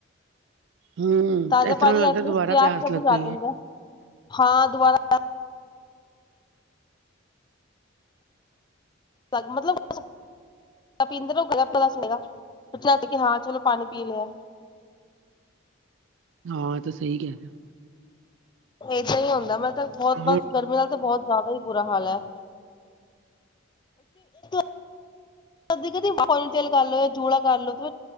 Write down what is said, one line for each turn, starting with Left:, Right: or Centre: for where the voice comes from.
Right: ਹੂੰ
Left: ਤਾਜ਼ਾ
Right: ਇਸ ਤਰ੍ਹਾਂ
Left: ਪਾਣੀ
Right: ਲੱਗਦਾ
Left: ਐਟਲੀਸਟ
Right: ਦੁਬਾਰਾ
Left: ਪਿਆਸ ਤਾ
Right: ਲੱਗ
Left: ਬੁਝਾ
Right: ਗਈ
Left: ਦਿੰਦਾ,
Right: ਹੈ
Left: ਹਾਂ ਦੁਬਾਰਾ <unintelligible> ਮਤਲਬ ਸਭ ਪੀਂਦੇ ਰਹੋ ਗੱਲਾ-ਗੂਲਾ <unintelligible> ਹੋਏ ਗਾ, ਝਟ ਕੇ ਹਾ, ਚਲੋ ਪਾਣੀ ਪੀ ਲਿਆ।
Right: ਹਾਂ ਤੂ ਸਹੀ ਕਹਿ ਰਿਹਾ।
Left: ਏਦਾਂ ਈ ਹੁੰਦਾ ਮੈਂ ਤਾਂ ਬਹੁਤ
Right: ਹੋ।
Left: ਬਸ ਗਰਮੀ ਚ ਤੇ ਬਹੁਤ ਜ਼ਿਆਦਾ ਹੀ ਬੁਰਾ ਹਾਲ ਐ, <unintelligible> ਕਦੀ ਕਦੀ ਪੋਨੀ ਟੇਲ ਕਰ ਲੈ, ਜੂੜਾ ਕਰ ਲੌ ਤੁ